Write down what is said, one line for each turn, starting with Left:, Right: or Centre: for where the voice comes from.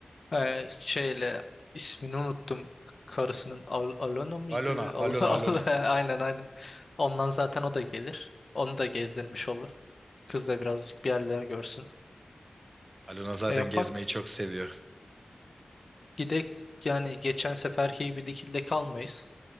Left: Ee, şeyle ismini unuttum. Karısının Al Alona mıydı?
Right: Alona,
Left: Al
Right: Alona,
Left: <laughs> Al-
Right: Alona.
Left: aynen aynen. Ondan zaten o da gelir. Onu da gezdirmiş olur. Kız da birazcık bir yerler görsün.
Right: Alona zaten
Left: E yapak.
Right: gezmeyi çok seviyor.
Left: Gidek yani geçen seferki gibi dikilde kalmayız.